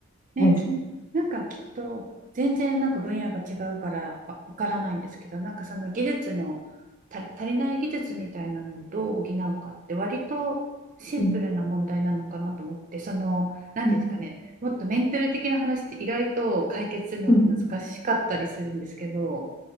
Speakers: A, on the right (about 35°); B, on the left (about 20°).
A: ね、
B: 大事。
A: きなんかきっと全然なんか分野が違うからわわからないんですけど、なんかその技術のた足りない技術みたいなのをどう補うかって割とシンプルな問題なのかなと思って、
B: うん、
A: その、なんていうんですかね、
B: うん、
A: もっとメンタル的な話って意外と解決するのが難しかったりするんですけど、
B: うん。